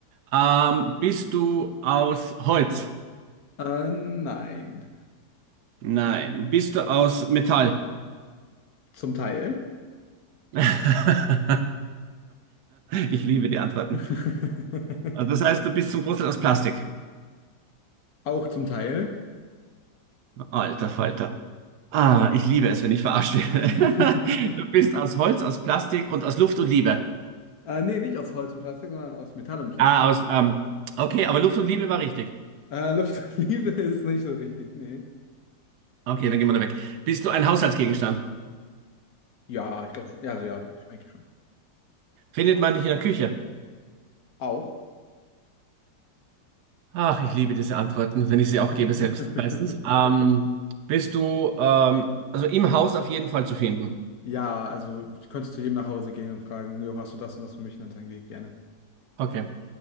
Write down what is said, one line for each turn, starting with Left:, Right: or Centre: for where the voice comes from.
Right: Ähm, bist du aus Holz?
Left: Äh, nein.
Right: Nein. Bist du aus Metall?
Left: Zum Teil.
Right: <laughs> Ich liebe die Antworten.
Left: <laughs>
Right: Also Das heißt, du bist zum Großteil aus Plastik.
Left: Auch zum Teil.
Right: Alter Falter. Ah, ich liebe es, wenn ich verarscht werde.
Left: <laughs>
Right: <laughs> Du bist aus Holz, aus Plastik und aus Luft und Liebe.
Left: Äh, nee, nicht aus Holz und Plastik, sondern aus Metall und Plastik.
Right: Ah, aus. Ähm, okay, aber Luft und Liebe war richtig.
Left: Äh, Luft und Liebe <laughs> ist nicht so richtig, nee.
Right: Okay, dann gehen wir da weg. Bist du ein Haushaltsgegenstand?
Left: Ja, ich glaube schon. Ja, also ja, eigentlich schon.
Right: Findet man dich in der Küche?
Left: Auch.
Right: Ach, ich liebe diese Antworten, wenn ich sie
Left: <laughs>
Right: auch gebe selbst meistens. Ähm, bist du ähm, also im Haus auf jeden Fall zu finden?
Left: Ja, also du könntest zu jedem nach Hause gehen und fragen, jo, hast du das und das für mich? Und dann sagen die, gerne.
Right: Okay.